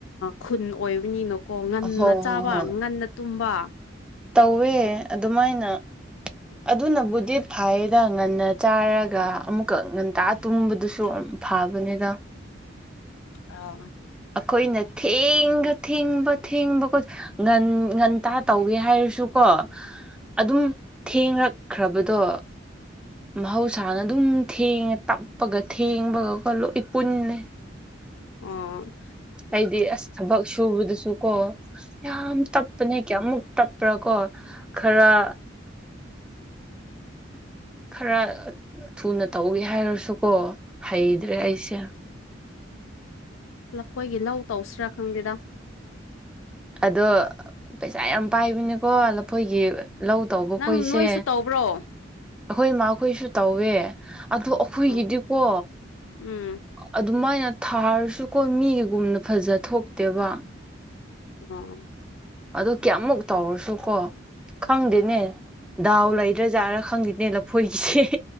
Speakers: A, on the left; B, in the centre.
A: ꯈꯨꯟ ꯑꯣꯏꯕꯅꯤꯅꯀꯣ ꯉꯟꯅ
B: ꯍꯣꯏ ꯍꯣꯏ
A: ꯆꯥꯕ
B: ꯍꯣꯏ
A: ꯉꯟꯅ ꯇꯨꯝꯕ
B: ꯇꯧꯋꯦ ꯑꯗꯨꯃꯥꯏꯅ ꯑꯗꯨꯅꯕꯨꯗꯤ ꯐꯥꯏꯌꯦꯗ ꯉꯟꯅ ꯆꯥꯔꯒ ꯑꯃꯨꯛꯀ ꯉꯟꯇꯥ ꯇꯨꯝꯕꯗꯨꯁꯨ ꯐꯥꯕꯅꯤꯗ
A: ꯑ
B: ꯑꯩꯈꯣꯏꯅ ꯊꯦꯡꯕ ꯊꯦꯡꯕ ꯊꯦꯡꯕ ꯉꯟ ꯉꯟꯇꯥ ꯇꯧꯒꯦ ꯍꯥꯏꯔꯁꯨꯀꯣ ꯑꯗꯨꯝ ꯊꯦꯡꯉꯛꯈ꯭ꯔꯕꯗꯣ ꯃꯍꯧꯁꯥꯅ ꯑꯗꯨꯝ ꯊꯦꯡꯉꯦ ꯇꯞꯄꯒ ꯊꯦꯡꯕꯒꯒ ꯂꯣꯏ ꯄꯨꯟꯅꯦ
A: ꯎꯝ
B: ꯍꯥꯏꯗꯤ ꯑꯁ ꯊꯕꯛ ꯁꯨꯕꯗꯁꯨ ꯀꯣ ꯌꯥꯝ ꯇꯞꯄꯅꯦ ꯀꯌꯥꯃꯨꯛ ꯇꯞꯄ꯭ꯔꯥ ꯀꯣ ꯈꯔ ꯈꯔ ꯊꯨꯅ ꯇꯧꯒꯦ ꯍꯥꯏꯔꯁꯨꯀꯣ ꯍꯩꯗ꯭ꯔꯦ ꯑꯩꯁꯦ
A: ꯂꯐꯣꯏꯒꯤ ꯂꯧ ꯇꯧꯁꯤꯔꯥ ꯈꯪꯗꯦꯗ
B: ꯑꯗꯣ ꯄꯩꯁꯥ ꯌꯥꯝ ꯄꯥꯏꯕꯅꯤꯀꯣ ꯂꯐꯣꯏꯒꯤ ꯂꯧ ꯇꯧꯕ
A: ꯅꯪ
B: ꯈꯣꯏꯁꯦ
A: ꯅꯣꯏꯁꯨ ꯇꯧꯕ꯭ꯔꯣ
B: ꯑꯩꯈꯣꯏ ꯏꯃꯥꯈꯣꯏꯁꯨ ꯇꯧꯋꯦ ꯑꯗꯣ ꯑꯩꯈꯣꯏꯒꯤꯗꯤꯀꯣ
A: ꯑ ꯎꯝ
B: ꯑꯗꯨꯃꯥꯏꯅ ꯊꯥꯔꯁꯨꯀꯣ ꯃꯤꯒꯤꯒꯨꯝꯅ ꯐꯖ ꯊꯣꯛꯇꯦꯕ
A: ꯑꯝ
B: ꯑꯗꯨ ꯀꯌꯥꯃꯨꯛ ꯇꯧꯔꯁꯨ ꯀꯣ ꯈꯪꯗꯦꯅꯦ ꯗꯥꯎ ꯂꯩꯗ꯭ꯔꯖꯥꯔꯥ ꯈꯪꯗꯦꯅꯦ ꯂꯐꯣꯏꯒꯤꯁꯦ